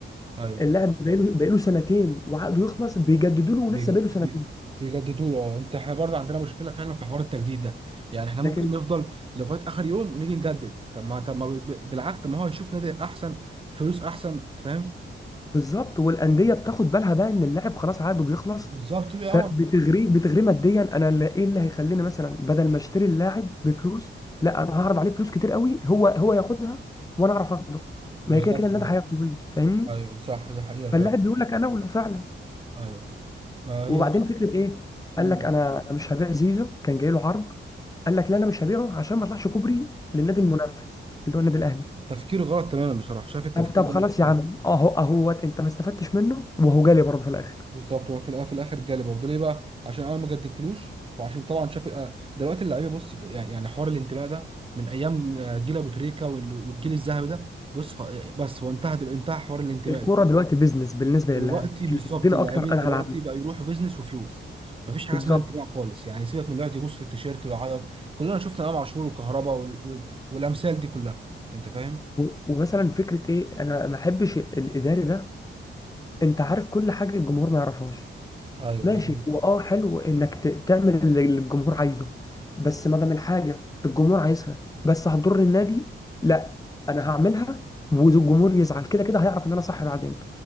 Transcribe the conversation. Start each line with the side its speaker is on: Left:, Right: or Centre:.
Right: أيوه
Left: اللاعب بقاله بقاله سنتين وعقده يخلص بيجددوا له ولسه
Right: بيج-
Left: بقاله
Right: بي-
Left: سنتين
Right: بيجددوا له اه انت احنا برضه عندنا مشكله فعلا في حوار التجديد ده يعني احنا
Left: لكن
Right: ممكن نفضل لغايه اخر يوم ونيجي نجدد طب ما طب ما ب- ب- بالعكس طب ما هو يشوف نادي احسن فلوس احسن فاهم
Left: بالظبط والانديه بتاخد بالها بقى ان اللاعب خلاص عقده بيخلص
Right: بالظبط بقى
Left: فبتغريه
Right: اه
Left: بتغريه ماديا انا اللي ايه اللي هيخليني مثلا بدل ما اشتري اللاعب بفلوس لا انا هعرض عليه فلوس كتير قوي هو هو ياخدها وانا اعرف اخده
Right: بالظبط
Left: ما هي كده كده النادي هياخده مني فاهمني
Right: ايوه صح دي حقيقه
Left: فاللاعب
Right: فعلا
Left: بيقول لك انا اولى فعلا
Right: ايوه ما
Left: وبعدين
Right: هي
Left: فكره ايه
Right: مم.
Left: قال لك انا انا مش هبيع زيزو كان جاي له عرض قال لك لا انا مش هبيعه عشان ما اطلعش كوبري للنادي المنافس اللي هو النادي الاهلي
Right: تفكير غلط تماما بصراحه شايف التفكير
Left: طب طب
Right: ده
Left: خلاص
Right: مش
Left: يا
Right: حلو
Left: عم اهو اهوت انت ما استفدتش منه وهو جالي برضه في الاخر
Right: بالظبط هو في الأ- في الاخر جالي برضه ليه بقى عشان انا ما جددتلوش وعشان طبعا شاف آه، دلوقتي اللعيبه بص يعني يعني حوار الانتماء ده من ايام آه، جيل ابو تريكه وال- والجيل الذهبي ده بص خ- آه، بس هو انتهى دل- انتهى حوار الانتماء
Left: الكوره
Right: ده
Left: دلوقتي بيزنس بالنسبه
Right: دلوقتي
Left: للاعب
Right: بالظبط
Left: اللي يدينا
Right: اللاعبين
Left: اكتر انا
Right: دلوقتي
Left: هلعب له
Right: بقى يروحوا بيزنس وفلوس مفيش حاجه
Left: بالظبط
Right: اسمها انتماء خالص يعني سيبك من اللي يقعد يبوس في التيشيرت ويعيط كلنا شفنا امام عاشور وكهربا وال- وال- والامثال دي كلها انت فاهم
Left: و- ومثلا فكره ايه انا ما احبش الاداري ده انت عارف كل حاجه الجمهور ما يعرفهاش
Right: ايوه
Left: ماشي
Right: ده حقيقة
Left: هو اه حلو انك ت- تعمل اللي اللي الجمهور عايزه بس ما دام الحاجه الجمهور عايزها بس هتضر النادي لا انا هعملها والجمهور يزعل كده كده هيعرف ان انا صح بعدين